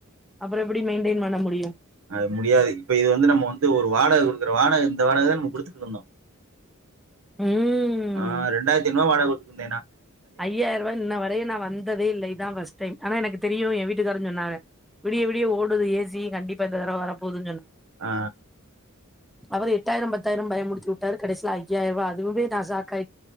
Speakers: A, in the centre; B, on the right.
A: அப்புறோ எப்டி மெயின்டெயின் பண்ண முடியு
B: அது முடியாது இப்ப இது வந்து நம்ம வந்து ஒரு வாடக கொடுக்குற வாடக இந்த வாடகைதானே நம்ம குடுத்துக்குட்டு இருந்தோ
A: ம்
B: ஆ ரெண்டாயிரத்திஐநூருவா வாடக ந்தேனா
A: ஐயாயிர ரூவாய் இன்ன வர வந்ததே இல்ல இதா ஃபர்ஸ்ட் டைம் ஆனா எனக்கு தெரியு என் வீட்டுக்காரருன்னு சொன்னாங்க விடிய விடிய ஓடுது ஏசி கண்டிப்பா இந்த தடவ வரப்போகுது
B: ஆ
A: அவரு எட்டாயிரம் பத்தாயிரம் பயம் முறுத்து விட்டாரு கடைசில ஐயாயிரூவா அதுவே நா சாக்கா